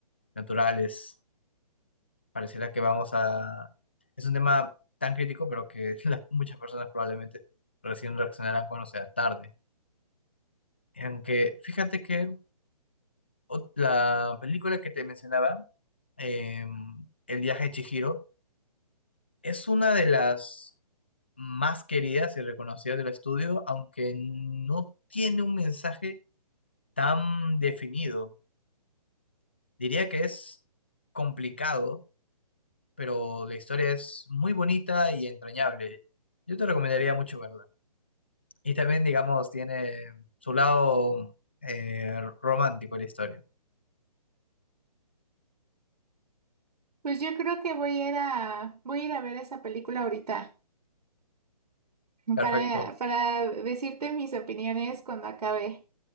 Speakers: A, on the left; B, on the right.
A: naturales. Pareciera que vamos a... Es un tema tan crítico, pero que <laughs> las- muchas personas probablemente recién reaccionarán cuando sea tarde. Aunque fíjate que ot- la película que te mencionaba, em, El viaje de Chihiro, Es una de las más queridas y reconocidas del estudio, aunque no tiene un mensaje tan definido. Diría que es complicado, pero la historia es muy bonita y entrañable. Yo te recomendaría mucho verla. Y también, digamos, tiene su lado eh, romántico la historia.
B: Pues yo creo que voy a ir a, voy a ir a ver esa película ahorita
A: Perfecto.
B: para, para decirte mis opiniones cuando acabe.